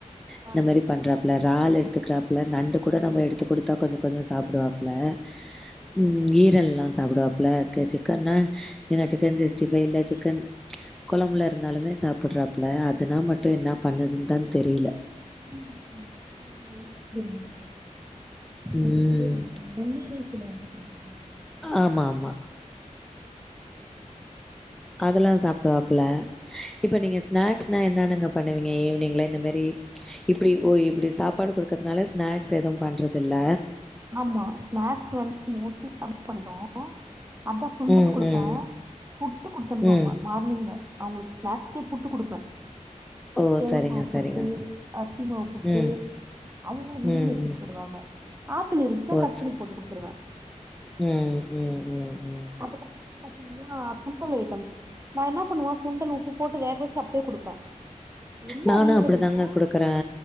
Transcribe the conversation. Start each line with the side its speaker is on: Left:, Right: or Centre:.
Centre: இந்த
Right: ஆ
Centre: மாதிரி பண்றாப்ல றால்லு எடுத்துக்கிறாப் இல்ல நண்டு கூட நம்ம எடுத்து கொடுத்தா கொஞ்சோ கொஞ்சம்சோ சாப்படுவாப்புல ம் ஈரல் எல்ல சாப்டுவாப்புல அப்ற சிக்கன்னா ஏனா சிக்கன் சிக்ஸ்டிபைவ்ல
Right: நீ
Centre: சிக்கன் கொழம்புல இருந்தாலுமே சாப்பிட்றாப்பல அதுனா மட்டு என்ன பண்ணுதுன்னு தா தெரியல
Right: நீங்க அங்க ஏதா பண்ற
Centre: ம்.
Right: அது பேர் என்ன பன்னிர்ருனு சொல்லுவாங்க பாத்திங்களா
Centre: ஆமா ஆமா அதெல்லா சாப்பிடுவாப்புல இப்ப நீங்க ஸ்நாக்ஸ்னா என்னென்னங்க பண்ணுவீங்க ஈவினிங்ல இந்த மாரி இப்படி ஓ இப்படி சாப்பாடு குடுக்கறதுனால ஸ்நாக்ஸ் எதுவு பண்றது இல்ல
Right: ஆமா ஸ்நாக்ஸ் வந்து மோஸ்ட்லி கம்மி பண்ணிட்டோம் அதான் சுண்டல்
Centre: ம்
Right: குடுப்பேன்
Centre: ம்
Right: புட்டு குடுத்தனுப்புவாங்க
Centre: ம்
Right: மார்னிங்ல அவங்களுக்கு ஜாஸ்தி புட்டு குடுப்பேன்
Centre: ஓ
Right: கேவ்ரு
Centre: சரிங்க
Right: மாவு புட்டு
Centre: சரிங்க ச
Right: அரிசி மாவு புட்டு
Centre: ம்
Right: அவங்களும் விரும்பி
Centre: ம்
Right: எடுத்துட்டு
Centre: ம்
Right: போய்டுவாங்க ஆப்பிள் இருந்துச்சன்னா
Centre: ஓ
Right: கட்
Centre: ச
Right: பண்ணி போட்டு குடுத்துருவேன்
Centre: ம் ம் ம் ம்
Right: அதுக்கப்பறமா பாத்தீங்கன்னா சுண்டல் அய்ட்டம்ஸ் நான் என்ன பண்ணுவ சுண்டல் உப்பு போட்டு வேக வச்சு அப்டியே குடுப்பேன் என்ன
Centre: நானு
Right: ரீசன்னா
Centre: அப்டிதாங்க குடுக்கறே